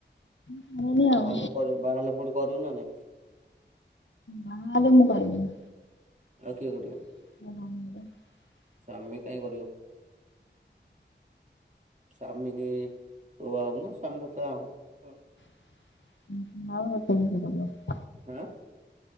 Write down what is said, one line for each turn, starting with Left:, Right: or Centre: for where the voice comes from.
Left: ହୁଁ। ଜାଣିନି ଆଉ।
Right: ବାହା ହେଲେ କରୀ ପୁଣି କରିବୁ ନାଇଁ?
Left: ବାହାହେଲେ ମୁଁ କରିବିନି।
Right: ଆଉ କିଏ କରିବ?
Left: <unintelligible>
Right: ସ୍ୱମୀ କାହିଁ କରିବ? ସ୍ୱାମୀକୁ ତୁ ବାହାହବୁନା ସିଏ ତତେ ବାହାହେବ?
Left: <unintelligible>
Right: ଆଁ।